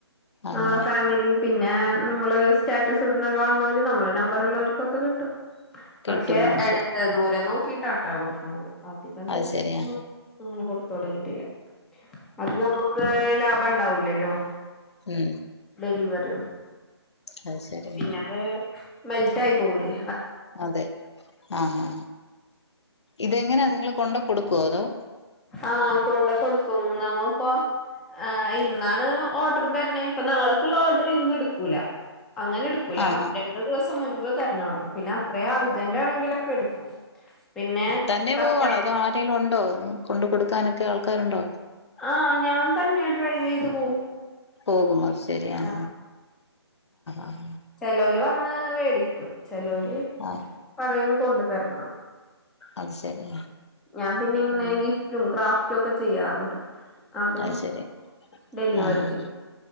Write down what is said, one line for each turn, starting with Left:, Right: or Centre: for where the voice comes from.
Left: അങ്ങനെ
Centre: ആഹ് ഫാമിലി പിന്നെ നമ്മള് സ്റ്റാറ്റസ് ഇടുന്ന കാണുന്നവര് നമ്മളെ നമ്പർള്ളർക്കൊക്കെ കിട്ടും
Left: കിട്ടുന്നത്
Centre: പക്ഷെ എടുത്ത്
Left: ശരി
Centre: ദൂരം നോക്കിട്ടട്ടോ കൊടുക്കണത് അധികം ദൂരത്തൊക്കൊന്നും
Left: അത് ശരിയാ
Centre: <unintelligible> അങ്ങനെ കൊടുത്ത് തൊടങ്ങിട്ടില്ല അത് നമക്ക് ലാഭം ഇണ്ടാവൂലല്ലോ
Left: ഉം
Centre: ഡെലിവെറിണ്ട്
Left: അത് ശരി
Centre: പിന്നെ അത് മെൽറ്റ് ആയി പോവുലേ
Left: അതെ ആഹ് ഇതെങ്ങനാ നിങ്ങൾ കൊണ്ട കൊടുക്കോ അതോ
Centre: ആഹ് കൊണ്ട കൊടുക്കും നമ്മപ്പൊ ആഹ് ഇന്നാണ് ഓർഡർ തരണെ ഇപ്പൊ നാളക്കുള്ള ഓർഡർ ഇന്ന് ഇട്ക്കൂല അങ്ങനെടുക്കൂല
Left: ആഹാ
Centre: ഡെ ഒരു ദിവസം മുമ്പ് തരണം ഓഡർ പിന്നെ അത്ര അർജന്റ് ആണെങ്കിലൊക്കെ എടുക്കും പിന്നെ
Left: തന്നെ
Centre: കസ്റ്റം
Left: പോവാണോ അതോ ആരെലും ഉണ്ടോ കൊണ്ട് കൊടുക്കാനൊക്കെ ആൾക്കാര്ണ്ടോ
Centre: ആഹ് ഞാൻ തന്നെ ഡ്രൈവെയ്ത് പോവും
Left: പോകും അത് ശരി ആഹ്
Centre: ആ
Left: ആഹ്
Centre: ചെലോര് വന്ന് വേടിക്കും ചെലോര്
Left: ആഹ്
Centre: പറയും കൊണ്ട് തര്ണം
Left: അത് ശരി
Centre: ഞാൻ പിന്നെ ഇങ്ങനെ
Left: ഉം
Centre: ഗിഫ്റ്റും ക്രാഫ്റ്റും ഒക്കെ ചെയ്യാറുണ്ട് അതും
Left: അത് ശരി
Centre: ഡെലിവറി
Left: ആഹ്
Centre: ചെ